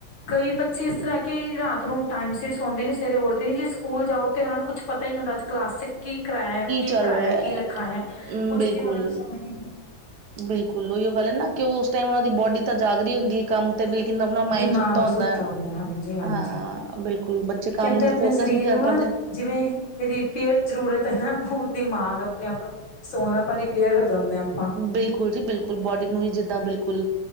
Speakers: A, on the left; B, on the right.
A: ਕਈ ਬੱਚੇ ਇਸ ਤਰ੍ਹਾਂ ਕਿ ਰਾਤ ਨੂੰ ਟਾਈਮ ਸਿਰ ਸੌਂਦੇ ਨੇ ਸਵੇਰੇ ਉੱਠਦੇ ਨੇ ਜੇ ਸਕੂਲ ਜਾਓ ਤੇ ਉਹ ਨੂੰ ਕੁਛ ਪਤਾ ਨ ਹੁੰਦਾ ਅੱਜ ਕਲਾਸ ਚ ਕੀ ਕਰਇਆ ਕੀ
B: ਚੱਲ
A: ਪੜ੍ਹਾਇਆ
B: ਰਿਹਾ
A: ਕੀ ਲਿਖਾਇਆ ਹੈ
B: ਹਮ
A: ਕੁੱਝ
B: ਬਿਲਕੁਲ
A: ਜੀ ਉਹਨਾ ਨੂੰ ਸਮਝ ਨ
B: ਬਿਲਕੁਲ ਉਹੀਓ ਗੱਲ ਹੈ ਨਾ ਕਿ ਉਸ ਟਾਈਮ ਉਨਾਂ ਦੀ ਬੋਡੀ ਤਾਂ ਜਾਗ ਰਹੀ ਹੁੰਦੀ ਹੈ ਕੰਮ ਮਕਿ ਆਪਣਾ ਮਾਈਡ
A: ਦਿਮਾਗ
B: ਸੁੱਤਾ ਹੁੰਦਾ
A: ਹਾਂਜੀ ਹਾਂਜੀ
B: ਹਾਂ ਬਿਲਕੁਲ ਬੱਚੇ ਕੰਮ
A: ਕਹਿੰਦੇ ਆਪਣੇ
B: ਫੋਕਸ
A: ਸਰੀਰ
B: ਨਹੀਂ ਕਰ
A: ਨੂੰ ਨਾ
B: ਪਾਂਦੇ।
A: ਜਿਵੇਂ ਰਿਪੇਅਰ ਜ਼ਰੂਰਤ ਹੈ ਨਾ ਉਹ ਦਿਮਾਗ ਆਪਣੇ ਆਪ ਨੂੰ ਸੋਨ ਆਪਾਂ ਰਿਪੇਅਰ ਹੋ ਜਾਂਦੇ ਹਾਂ ਆਪਾਂ
B: ਬਿਲਕੁਲ ਜੀ ਬਿਲਕੁਲ ਬੋਡੀ ਨੂੰ ਹੀ ਜਿੱਦਾਂ ਬਿਲਕੁਲ